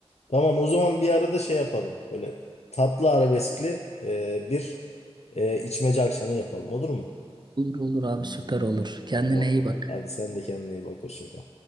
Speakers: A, on the left; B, on the right.
A: Tamam o zaman bir arada şey yapalım. Böyle tatlı arabeskli e, bir e, içmece akşamı yapalım. Olur mu?
B: Olur olur abi süper olur kendine
A: Tamam.
B: iyi bak.
A: Hadi sen de kendine iyi bak. Hoşça kal.